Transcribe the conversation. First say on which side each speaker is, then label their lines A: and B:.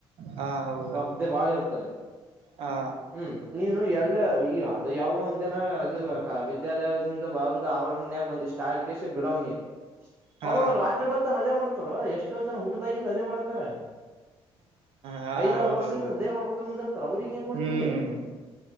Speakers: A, on the right; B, on the right.
A: ಹಾ ಹೌದು
B: ಸ್ಪರ್ಧೆ ಬಾಳ ಇರ್ತ ಅಲ್ಲಿ
A: ಹಾ
B: ಹ್ಮ್ ನೀನು ಎಲ್ಲ ಈ ಅದು ಯಾವ ಒಂದು ಿನ ಇದು ವಿದ್ಯಾಲಯದಿಂದ ಬ ಒಂದು ಆವರಣ ಬಂದ ಇಷ್ಟ ಆಡಿಕ ಬಿಡವನಿ
A: ಹಾ
B: ಒಬ್ಬ ಅವರು ರಾತ್ರಿ ಬರ್ತಾನ ಅದೇ ಮಾಡ್ತ ಎಷ್ಟೋ ಜನ ಹುಟ್ಟ್ದ ಅವಾಗಿದ್ ಅದೇ ಮಾಡಕ್ತಾರೆ
A: ಹಾ
B: ಐದಾರು
A: ಹೌದೌದು
B: ವರ್ಷದಿಂದ ಇದೇ ಮಾಡ್ಕೊತ ಬಂದಿರ್ತಾರೆ ಅವ್ರಿಗೆನ್ ಕೊಡ್ತೀರ್.
A: ಹ್ಮ್
B: ನೀ